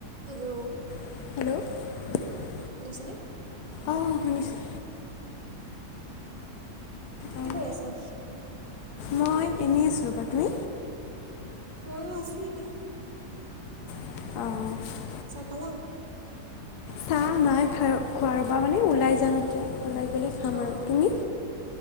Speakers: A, on the right; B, on the left.
A: Hello
B: <inaudible>
A: ছেনে?
B: অঁ শুনিছোঁ অঁ
A: কি কৰি আছা?
B: মই এনে আছোঁ। তুমি?
A: মইয়ো আছো এনে।
B: অহ।
A: চাহ খালাং?
B: চাহ নাই খাইয় খোৱাৰ পা মানে ওলাই যাম এতিয়া। ওলাই কেনে খাম
A: অঁ
B: আৰু
A: অঁ
B: তুমি।